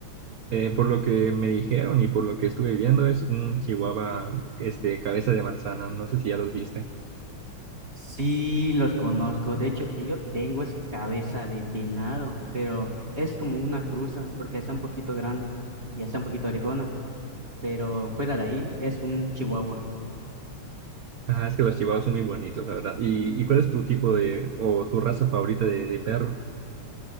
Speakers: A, on the right; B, on the right.
A: Eh, por lo que me dijeron y por lo que estuve viendo, es un chihuahua, este, cabeza de manzana. No sé si ya los viste.
B: Sí, los conozco. De hecho, el que yo tengo es cabeza de venado, pero es como una cruza porque está un poquito grande y está un poquito orejona, pero fuera de ahí es un chihuahua.
A: Ajá, es que los chihuahuas son muy bonitos, la verdad. ¿Y, y cuál es tu tipo de, o tu raza favorita de, de perro?